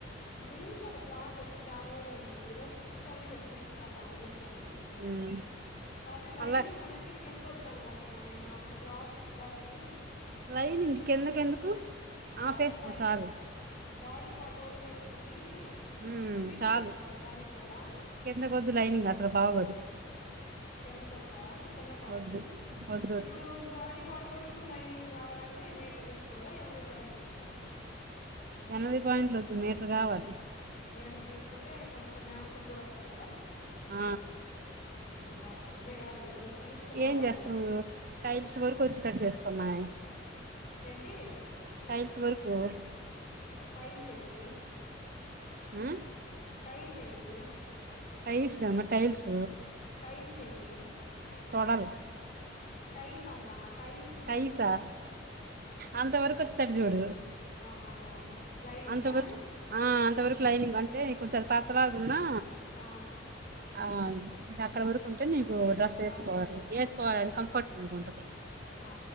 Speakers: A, on the left; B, on the right.
A: మీషొల క్లాత్ వచ్చి చాలా రోజులయింది ఈ రోజు పుట్టుకొని రేపు తీసుకువాలి ఊరికని నే
B: ఉమ్,
A: కాక్తే లైనింగ్
B: అలా
A: అనేది కింద వద్ద అనుకుంటున్నా నేను అంత క్లాత్ పడెత్తరు
B: లైనింగ్ కిందకెందుకు ఆఫ్
A: అదే
B: వేసుకో
A: పైప్
B: చాలు
A: బాడీ పార్ట్ వరకు వేసుకుని
B: హు
A: రెండు మీటర్లు
B: చాలు
A: తెచ్చుకోవాలా దానికి కూడా
B: కిందకొద్దు లైనింగ్ అసలు బాగోదు
A: కింద కొద్దా కింద పార్ట్కీ
B: వద్దు వద్దు వద్దు
A: ఇప్పుడు బాడీ పార్ట్ వరకు లైనింగ్ కావాలంటే మీటర్ తీసుకోవాలా ఎనభై పాయింలు తీసుకోవాల
B: ఎనభై పాయింట్లు వద్దు మీటర్ కావాలి
A: మీటర్ తీసుకుంటే కొంచెం హ్యాండ్స్ కూడా వస్తాయి కదా
B: ఆ
A: ముందు ఆపని చేయాలి ఈ రోజు తీసుకుపోవాలి
B: ఏం చేస్తావు
A: ఇలా
B: టైల్స్ వరకు వచ్చేటటు చేసుకోమ్మయి
A: ఏంటి
B: టైల్స్ వర్కు
A: టైల్స్ ఏంది
B: హు
A: టైల్స్ ఏంది
B: టైల్స్ గంగ టైల్స్
A: టైల్స్ ఏంది
B: తొడలు
A: టైస్ అమ్మా టైస్ టైల్స్
B: టైల్సా
A: కాదు
B: అంత వరకు వచ్చేటట్టు చూడు
A: అహా లైనింగా
B: అంతవరకు ఆ అంతవరకు లైనింగ్ అంటే కొంచెం అది పాతలాగున్నా
A: ఆ
B: ఆ అక్కడ వరకు ఉంటే నీకు డ్రెస్ వేసుకోవాలి
A: అవునులే
B: వేసుకోవాలని కంఫర్టబుల్ గా ఉంటది
A: ఆ